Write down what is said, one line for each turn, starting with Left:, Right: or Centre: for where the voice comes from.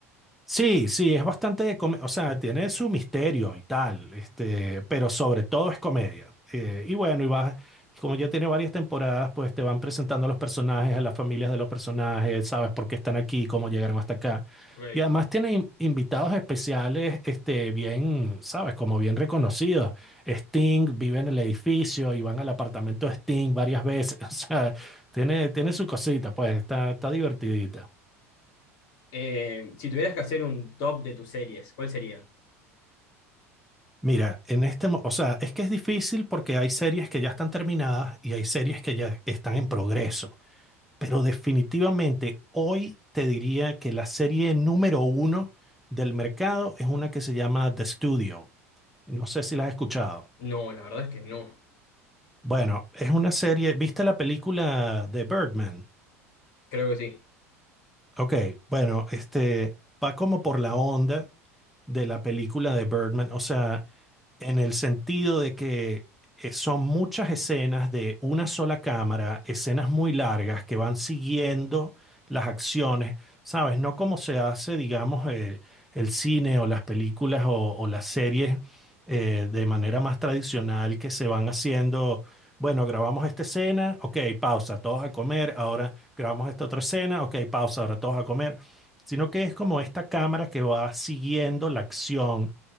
Centre: Sí, sí, es bastante de come- o sea, tiene su misterio y tal, este, pero sobre todo es comedia. Eh, y bueno, y vas- y como ya tiene varias temporadas, pues te van presentando a los personajes, a las familias de los personajes, sabes por qué están aquí, cómo llegaron hasta acá.
Left: Ok.
Centre: Y además tiene in- invitados especiales, este, bien, sabes, como bien reconocidos. Sting vive en el edificio y van al apartamento de Sting varias veces. <laughs> O sea, tiene, tiene su cosita, pues está, está divertidita.
Left: Eh, si tuvieras que hacer un top de tus series, ¿cuáles serían?
Centre: Mira, en este, mo- o sea, es que es difícil porque hay series que ya están terminadas y hay series que ya están en progreso, pero definitivamente hoy te diría que la serie número uno del mercado es una que se llama The Studio. No sé si la has escuchado.
Left: No, la verdad es que no.
Centre: Bueno, es una serie, ¿viste la película de Birdman?
Left: Creo que sí.
Centre: Ok, bueno, este va como por la onda de la película de Birdman, o sea, en el sentido de que eh, son muchas escenas de una sola cámara, escenas muy largas que van siguiendo las acciones, ¿sabes? No como se hace, digamos, eh, el cine o las películas o, o las series eh, de manera más tradicional que se van haciendo. Bueno, grabamos esta escena, ok, pausa, todos a comer, ahora grabamos esta otra escena, ok, pausa, ahora todos a comer, sino que es como esta cámara que va siguiendo la acción